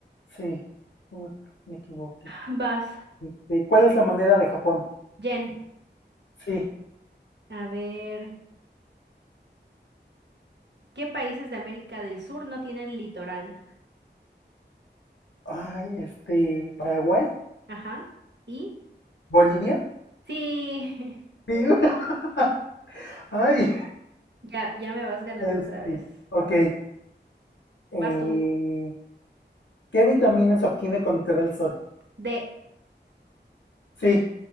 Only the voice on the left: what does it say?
Sí. Ut, me equivoqué.
Este, ¿Cuál es la moneda de Japón?
Sí.
Ay, este. ¿Paraguay?
¿Bolivia?
Sí. <laughs> Ay.
Este,
ok. Eh,
¿Qué vitamina se obtiene cuando te da el sol?
Sí.